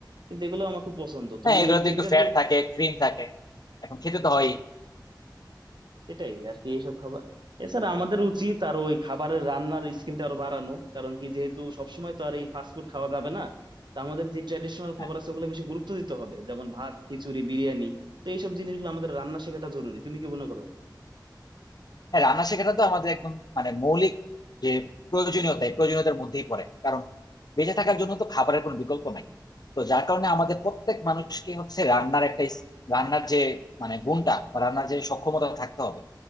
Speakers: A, on the right; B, on the left.
A: কিন্তু এগুলো আমার খুব পছন্দ
B: হ্যাঁ
A: তুমি
B: এগুলোতে
A: এই কেক
B: একটু
A: জাতীয়
B: ফ্যাট থাকে ক্রিম থাকে এখন খেতে তো হয়ই
A: এটাই আর কি এইসব খাবার এছাড়া আমাদের উচিত আরো ওই খাবারের রান্নার স্কিলটা আরো বাড়ানো কারণ কি যেহেতু সবসময় তো আর এই ফাস্টফুড খাওয়া যাবে না তা আমাদের যে ট্র্যাডিশনাল
B: হ্যাঁ
A: খাবার আছে ওগুলো বেশি গুরুত্ব দিতে হবে যেমন ভাত খিচুড়ি বিরিয়ানি তো এইসব জিনিসগুলো আমাদের রান্না শেখাটা জরুরি তুমি কি মনে করো
B: হ্যাঁ রান্না শেখাটা তো আমাদের একদম মানে মৌলিক যে প্রয়োজনীয়তা এই প্রয়োজনীয়তার মধ্যেই পড়ে কারণ বেঁচে থাকার জন্য তো খাবারের কোনো বিকল্প নাই তো যার কারণে আমাদের প্রত্যেক মানুষকে হচ্ছে রান্নার একটা ইস- রান্নার যে মানে গুণটা বা রান্নার যে সক্ষমতা থাকতে হবে